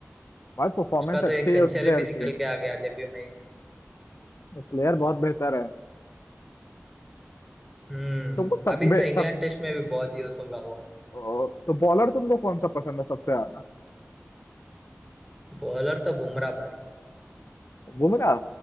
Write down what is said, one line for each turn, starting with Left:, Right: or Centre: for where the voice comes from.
Left: बात परफॉर्मेंस
Centre: उसका
Left: अच्छी
Centre: तो एक सेंचुरी
Left: है उस प्लेयर
Centre: भी निकल
Left: की
Centre: के आ गया डेब्यू में ही
Left: वो प्लेयर बहुत बेहतर है
Centre: हम्म
Left: तुमको सब
Centre: अभी
Left: बे-
Centre: तो इंग्लैंड
Left: सब
Centre: टेस्ट में भी बहुत यूज होगा वो
Left: ओ, तो बॉलर तुमको कौन सा पसंद है सबसे ज्यादा
Centre: बॉलर तो बुमराह भाई
Left: बुमराह